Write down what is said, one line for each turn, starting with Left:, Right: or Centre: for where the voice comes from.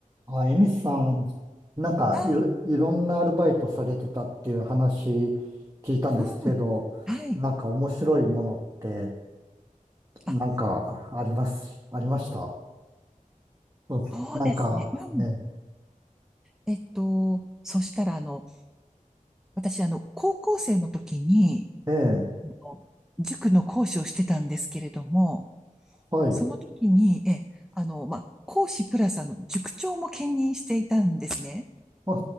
Right: あ、エミスさん、なんかいろ、
Centre: はい。
Right: いろんなアルバイトされてたっていう話聞いたんですけど、
Centre: うん。はい。
Right: なんか面白いものって、なんかあります、
Centre: あ、
Right: ありましたそうですなんかね、
Centre: そうですね。うん。えっと、そしたら、あの、私、あの、高校生の時に、
Right: ええ、
Centre: あの塾の講師をしてたんですけれども、
Right: はい、
Centre: その時に、
Right: <laughs>
Centre: え、あの、まあ、講師プラス、あの、塾長も兼任していたんですね。
Right: は